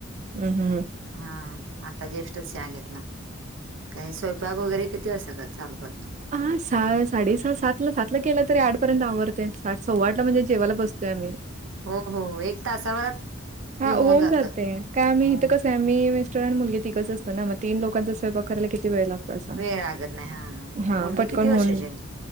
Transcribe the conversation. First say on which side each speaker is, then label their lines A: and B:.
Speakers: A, on the right; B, on the right.
A: हम् हम्!
B: हा आता ज्येष्ठच च घेतला काही सोप. ग वगैरे किती असा का लू करत.
A: हा सा साडे स सात ला सातला केलं तरी आठपर्यंत आवडते सव्वाठ ला म्हणजे जेवायला बसतोय आम्ही.
B: हो हो एक तासाभरात
A: हा
B: हे
A: होऊन
B: जात
A: जाते काय आम्ही
B: हो.
A: इथं कस. मीेस्टॉरं मुलग तगिकच असतो ना मग तन लोकांचा स्यंपा करायला कि वेळ लागतो.
B: वेळगत नाही हा.
A: हा
B: मुलगी
A: पटकन
B: किती वर्षाची
A: होऊन
B: आहे.